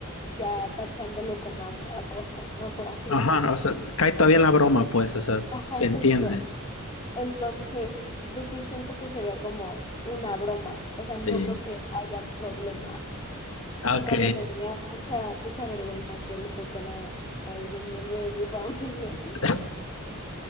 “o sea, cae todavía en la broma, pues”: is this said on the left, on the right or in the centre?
Left